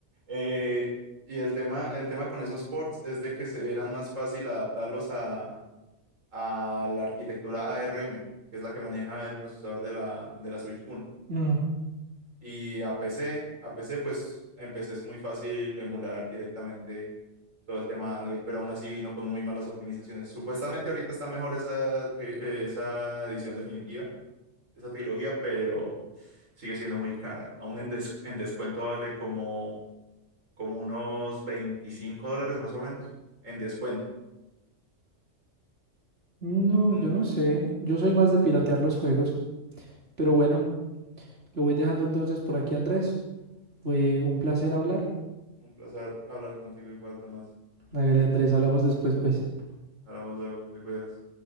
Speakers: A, on the right; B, on the right.
A: Eh, y el tema, el tema con esos ports es de que se- eran más fácil adaptarlos a, a la arquitectura ARM, que es la que maneja el procesador de la, de la Switch uno
B: Mm,
A: Y a PC, a PC, pues en PC es muy fácil emular directamente todo el tema de Android, pero aún así vino con muy malas optimizaciones. Supuestamente ahorita está mejor esa, tri- eh, esa edición definitiva, esa trilogía, pero sigue siendo muy cara. Aún en, des- en descuento vale como, como unos 25 dólares más o menos. En descuento.
B: No,
A: Mm,
B: yo no sé. Yo soy más de piratear los juegos. Pero bueno, lo voy dejando entonces por aquí, Andrés. Fue un placer hablar.
A: Un placer hablar contigo igual, Tomás.
B: Hágale, Andrés, hablamos después, pues.
A: Hablamos luego, te cuidas.